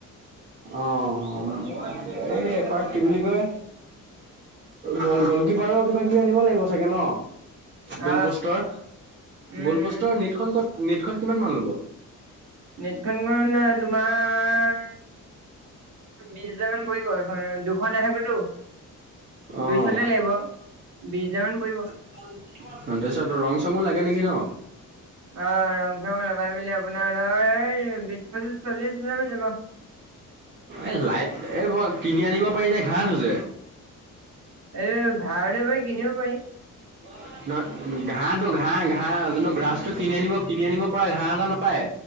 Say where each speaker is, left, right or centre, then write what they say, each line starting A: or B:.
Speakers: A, on the right; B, on the right.
A: অঁ, এই এপাক কি বুলি কয়। গল গল্কীপাৰৰ কিবা কিবি আনিব লাগিব চাগে ন?
B: অ
A: গল পোষ্টৰ,
B: উম
A: গল
B: উম
A: পোষ্টৰ নেটখন ক'ত নেটখন কিমান মান ল'ব?
B: নেটখন মানে তোমাৰ বিশ হাজাৰ মান পৰিব সেইখন, দুখন আহিবোতো, দুই
A: অ'।
B: চাইদে লাগিব। বিশ হাজাৰ মান পৰিব।
A: অ' তাৰপিছত ৰং চঙো লাগে নেকি ন?
B: অঁ ৰং চং লগাই মেলি আপোনাৰ ধৰ বিশ পঁচিশ চল্লিশ হাজাৰ মান যাব।
A: এ লাইট এইবোৰ কিনি আনিব পাৰি নে ভাড়াত আছে?
B: এই ভাড়াটো পাৰি কিনিব পাৰি?
A: <inaudible> নহয় ঘাঁহটো ঘাঁহ ঘাঁহ যোনটো গ্ৰাছটো কিনি আনিব কিনি আনিব পৰা ঘাঁহ এটা নাপায়?